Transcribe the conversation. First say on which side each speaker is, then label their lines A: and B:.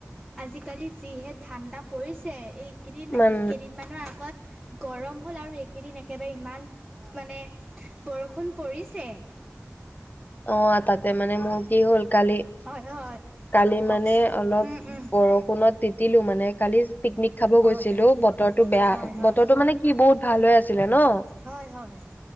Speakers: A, in the centre; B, on the left (about 35°).
A: আজিকালি যিহে ঠাণ্ডা পৰিছে এইকেইদিন
B: মান
A: কেইদিন মানৰ আগত গৰম হ'ল আৰু এইকেইদিন একেবাৰে ইমান মানে বৰষুণ পৰিছে।
B: অঁ' তাতে মানে মোৰ কি হ'ল কালি
A: হয় হয়।
B: কালি
A: কওকচোন
B: মানে অলপ
A: উম উম
B: বৰষুণত তিতিলো মানে। কালি পিকনিক খাব
A: হয়
B: গৈছিলো
A: হয়
B: বতৰটো বেয়া,
A: হয় হয়
B: বতৰটো মানে কি বহুত ভাল হৈ আছি লে ন'
A: হয় হয়